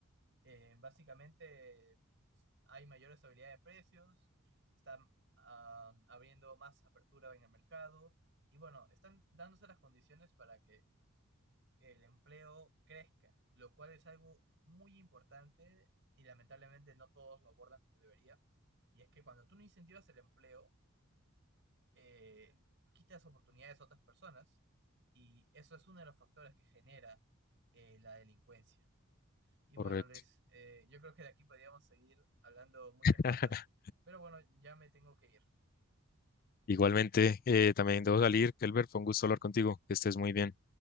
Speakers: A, on the right; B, on the left.
A: Eh, básicamente hay mayor estabilidad de precios, están ah, abriendo más apertura en el mercado y bueno, están dándose las condiciones para que el empleo crezca, lo cual es algo muy importante y lamentablemente no todos lo abordan como debería. Y es que cuando tú no incentivas el empleo, eh, quitas oportunidades a otras personas y eso es uno de los factores que genera eh, la delincuencia. Y
B: Correcto.
A: bueno, Luis, eh, yo creo que de aquí podríamos seguir hablando muchas
B: <laughs>
A: cosas, pero bueno, ya me tengo que ir.
B: Igualmente, eh, también debo salir. Kelber, fue un gusto hablar contigo. Que estés muy bien.